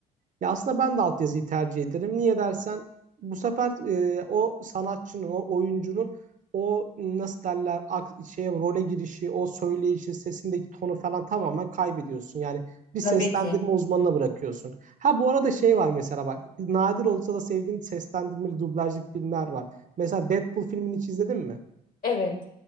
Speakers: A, on the right (about 45°); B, on the left (about 50°).
A: Ya aslında ben de altyazıyı tercih ederim. Niye dersen bu sefer e, o sanatçının, o oyuncunun o nasıl derler ak- şeye role girişi, o söyleyişi, sesindeki tonu falan tamamen kaybediyorsun. Yani bir seslendirme
B: Tabii ki.
A: uzmanına bırakıyorsun. Ha bu arada şey var mesela bak nadir olsa da sevdiğim seslendirmeli dublajlı filmler var. Mesela Deadpool filmini hiç izledin mi?
B: Evet.